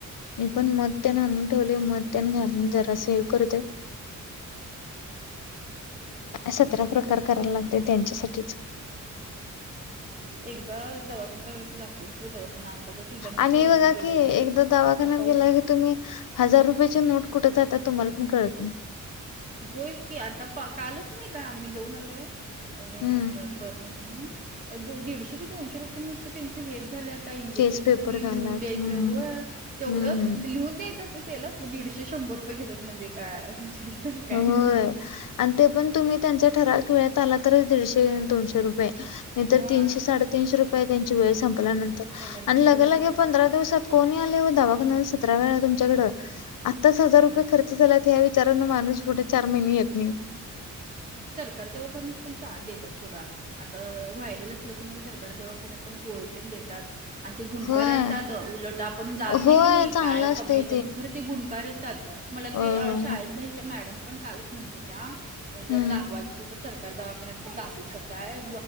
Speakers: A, on the left; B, on the right.
A: मी पण मध तेण आणून ठेवलंय. मध तेण घालून जरासं एक करते. सतरा प्रकार करायला लागतंय. त्यांच्यासाठीच
B: एकदा दवाखाना लागला की, लागतेस बघ दवाखाना तर तिघांचं
A: आणि
B: फेर होऊन
A: बघा
B: गेलंय
A: की, एकदा दवाखान्यात
B: आणि पाऊस
A: गेला की तुम्ही हजार रुपयाचे नोट कुठं जातीया, तुम्हाला पण कळत नाही.
B: होयच की, आता कालच नाही का आम्ही जाऊन आलो
A: हम्म,
B: मिस्टरासणी बरं नव्हतं म्हणून दीडशे ते दोनशे रुपये नुसत त्यांच हेच झाल्यात. इंजेक्शनच
A: केस पेपर
B: आणि
A: झालात.
B: लिहून द्यायचं
A: हम्म,
B: होय तेवढं
A: हम्म.
B: लिहून द्यायचं असतय दीडशे शंभर रुपये घेतात म्हणजे काय काय
A: होय आणि ते पण तुम्ही त्यांच्या ठराविक वेळेत आलात तरच दीडशे दोनशे रुपये नाहीतर
B: होय
A: तीनशे साडेतीनशे रुपये आहे त्यांची वेळ संपल्यानंतर
B: इमर्जन्सीला
A: आणि लगे लगे
B: तसंच
A: पंधरा दिवसात कोण यालय ओ दवाखाण्याला सतरा वेळा तुमच्याकडं आत्ताच हजार
B: होय
A: रुपये खर्च झाल्यात ह्या विचारान माणूस पुढे चार महिने येत नाही
B: सरकार दवाखान्यात पण देत्यात सोडा आता व्हायरल असलं कणी सरकारी दवाखान्यात पण गोळी तेण देतात आणि ते गुणकारी
A: होय.
B: असतात उलट आपण जात नाही
A: होय
B: कणी
A: चांगलं
B: काय
A: असतंय
B: कमी येतय म्हणून खरं ते गुणकारी असतात मला
A: होय,
B: ते
A: होय.
B: शाळेतल्या ह्याच्या मॅडम पण कालच म्हणत होत्या जर
A: हं.
B: दाखवायचं तर सरकारी दवाखान्यात पण दाखवू शकताय